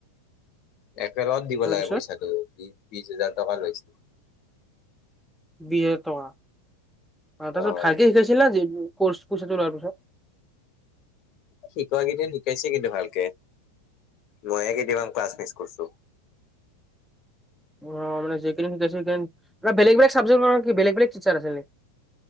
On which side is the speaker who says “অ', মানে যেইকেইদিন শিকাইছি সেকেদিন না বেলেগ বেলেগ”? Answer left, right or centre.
Centre